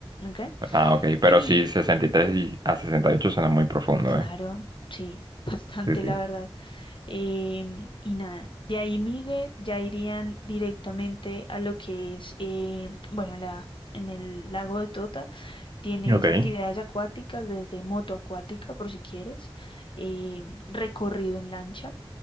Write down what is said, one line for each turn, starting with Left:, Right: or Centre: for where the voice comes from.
Left: ¿Ok?
Right: Ah, ok.
Left: Y
Right: Pero sí, sesenta y tres y a 68 suena muy profundo,
Left: claro,
Right: ¿eh?
Left: sí, <laughs> bastante
Right: Sí,
Left: la
Right: sí.
Left: verdad. Em, y nada, de ahí Miguel ya irían directamente a lo que es, em, bueno, la, en el lago de Tota tienes
Right: Ok.
Left: actividades acuáticas, desde moto acuática, por si quieres, em, recorrido en lancha.